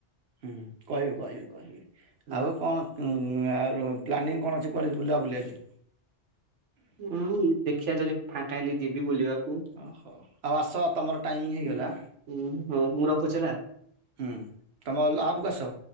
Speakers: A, on the right; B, on the right.
A: ହୁଁ କହିବି କହିବି କହିବି
B: ହୁଁ
A: ଆଉ କଣ? ଆଉର ପ୍ଲାନିଂ କଣ ଅଛି କୁଆଡ଼େ ବୁଲାବୁଲିି ଆଜି?
B: ହୁଁ ଦେଖିବା ଯଦି ଫାଙ୍କା ହେଲି ଯିବି ବୁଲିବାକୁ।
A: ଓହୋ। ଆଉ ଆସ ତମର ଟାଇମ ହେଇଗଲା।
B: ହୁଁ ହୁଁ ହଉ ମୁଁ ରଖୁଛି ହେଲା।
A: ହୁଁ। ତମଲା ଆପ୍‌କୁ ଆସ?